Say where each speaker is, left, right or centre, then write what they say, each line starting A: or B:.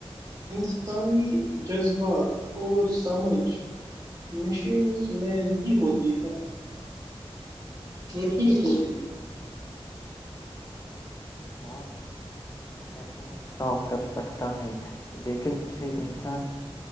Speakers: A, on the right; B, on the left.
A: انسانی جذبات اور سمجھ مشینز میں نہیں ہوتی ہے نہیں ہوتی
B: ہاں بہت کام کر سکتا ہے لیکن اسے انسان